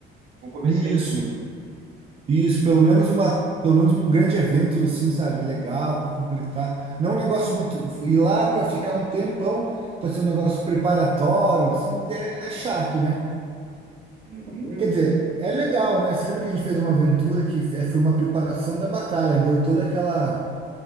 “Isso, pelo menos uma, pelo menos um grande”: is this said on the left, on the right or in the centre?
Right